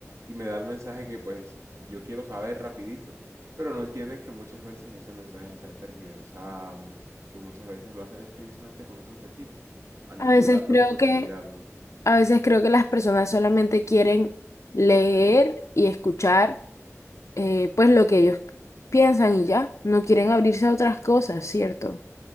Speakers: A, on the right; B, on the left.
A: y me da el mensaje que pues yo quiero saber rapidito, pero no entienden que muchas veces ese mensaje se ha tergiversado, que muchas veces lo hacen es precisamente con ese objetivo manipularlos
B: A veces creo
A: y conseguir
B: que
A: algo.
B: A veces creo que las personas solamente quieren leer y escuchar eh, pues lo que ellos piensan y ya, no quieren abrirse a otras cosas, ¿cierto?